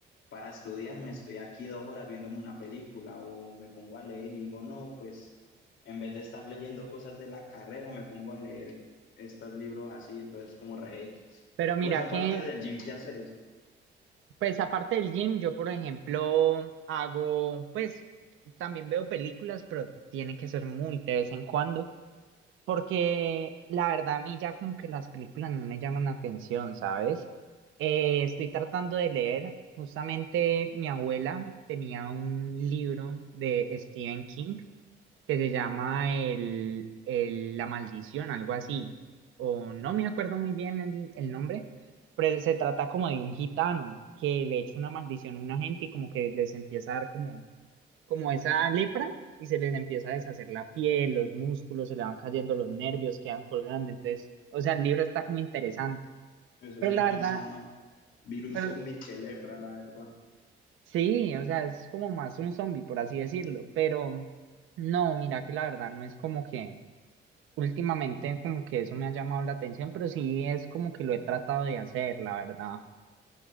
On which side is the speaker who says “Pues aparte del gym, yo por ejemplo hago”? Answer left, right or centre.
Right